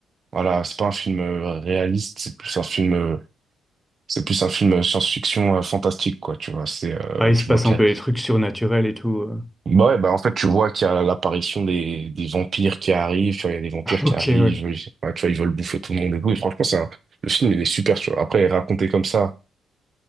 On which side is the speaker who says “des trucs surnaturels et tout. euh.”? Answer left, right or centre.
Centre